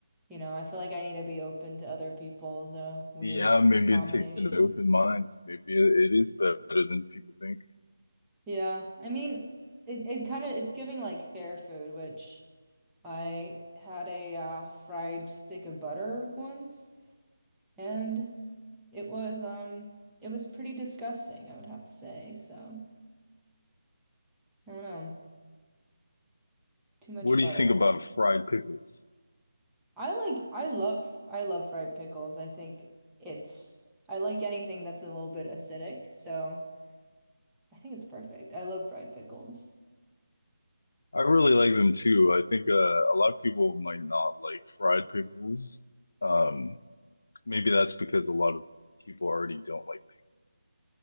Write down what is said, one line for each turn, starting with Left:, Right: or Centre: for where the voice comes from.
Centre: you know, I feel like I need to be open to other people's uh, weird
Left: yeah, maybe
Centre: combinations.
Left: it takes an open mind. Maybe it, it is better than people think.
Centre: Yeah, I mean, it, it kind of it's giving like fair food, which I had a uh, fried stick of butter once, and it was um it was pretty disgusting, I would have to say. So I don't know, too much
Left: What do
Centre: butter.
Left: you think about fried pickles?
Centre: I like I love I love fried pickles. I think it's I like anything that's a little bit acidic, so I think it's perfect. I love fried pickles.
Left: I really like them too. I think uh, a lot of people might not like fried pickles. Um, maybe that's because a lot of people already don't like pickles.